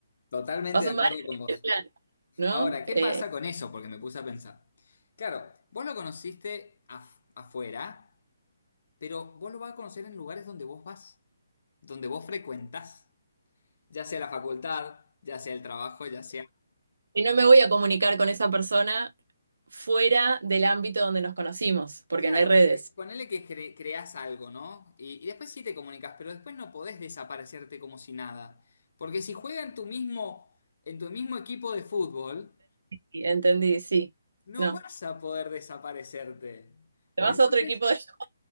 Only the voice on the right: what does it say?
vas
a
un bar, <laughs>
en plan, ¿no?
Eh,
y no me voy a comunicar con esa persona fuera del ámbito donde nos conocimos, porque
no hay redes.
Y Entendí, sí.
No.
Te vas
a otro equipo de... <laughs>